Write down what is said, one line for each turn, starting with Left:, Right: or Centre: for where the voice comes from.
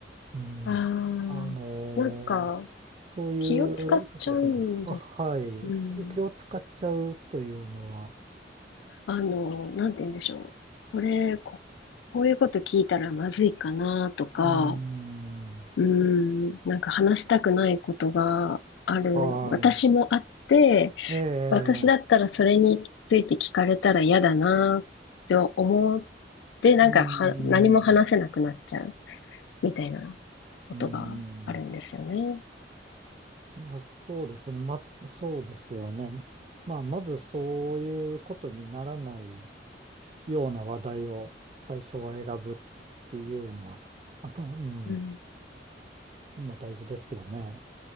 Right: うん、
Left: ああ、
Right: あの、
Left: なんか、
Right: そういうところかな。
Left: 気を使っちゃうんです。
Right: あ、はい。
Left: うん
Right: 気を使っちゃうというのは、
Left: あの、なんて言うんでしょう。これ、こ、こういうこと聞いたらまずいかなとか、
Right: うん、
Left: うーん、なんか話したくないことがある。
Right: は
Left: 私もあって、
Right: い。ええ、
Left: 私だったらそれについて聞かれたら嫌だなって思って、なんかは、
Right: うん、
Left: 何も話せなくなっちゃうみたいなことがあるんですよね。
Right: うん。まあそうですよね。ま、そうですよね。まあまずそういうことにならないような話題を最初は選ぶっていうのは、あと、うん、
Left: うん、
Right: まあ大事ですよね。